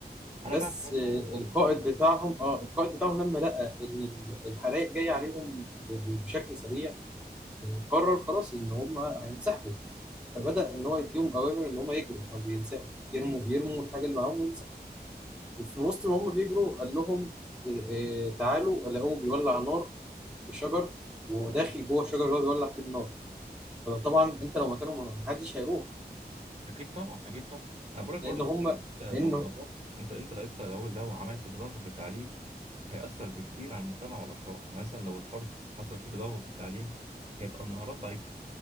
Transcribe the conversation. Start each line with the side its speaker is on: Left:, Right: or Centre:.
Right: أنا
Centre: بس
Right: فاهمك يا اسطى
Centre: آه،
Right: أنا فاهمك
Centre: القائد
Right: أنا فاهمك.
Centre: بتاعهم اه القائد بتاعهم لما لقى ان الحرائق جايه عليهم ب- بشكل سريع آه، قرر خلاص ان هم هينسحبوا فبدأ ان هو يديهم اوامر ان هم يجروا او ينسحبوا يرموا يرموا الحاجه اللي معاهم وفي وسط ما هم بيجروا قال لهم آه، تعالوا لقوه بيولع نار في شجر وداخل جوه الشجر اللي هو بيولع فيه النار طبعا انت لو مكانهم ما حدش هيروح
Right: أكيد طبعا أكيد طبعا أنا بقولك برضه
Centre: لان هم
Right: يا اسطى يعني أنت
Centre: لانه
Right: لو ضغطت أنت أنت يا اسطى لو لو عملت تدهور في التعليم هيأثر بكتير على المجتمع والأفراد يعني مثلا لو الفرد حصل فيه تدهور في التعليم هيبقى المهارات ضعيفة